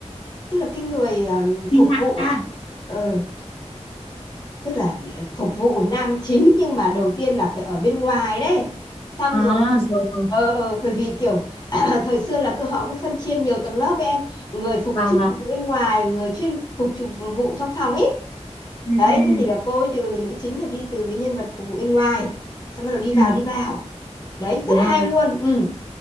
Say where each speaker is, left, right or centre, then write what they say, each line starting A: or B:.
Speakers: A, on the left; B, on the left.
A: tức là cái người ờm,
B: Đi
A: phục
B: lại
A: vụ
B: à
A: ừ, tức là phục vụ nam chính nhưng mà đầu tiên là phải ở bên ngoài đấy xong
B: à
A: rồi
B: rồi rồi
A: ờ ờ bởi vì kiểu <clears throat> thời xưa là cứ họ cứ phân chia nhiều tầng lớp ấy em người phục
B: vâng
A: chuyên
B: vâng
A: phục vụ bên ngoài người chuyên phục phục vụ trong phòng ấy
B: ừ,
A: đấy
B: ừ, ừ,
A: thế thì là cô ấy đi- ừ, nữ chính là đi từ cái nhân vật phục vụ bên ngoài xong bắt đầu đi
B: ừ,
A: vào đi vào đấy
B: đúng
A: rất là
B: rồi
A: hay luôn ừ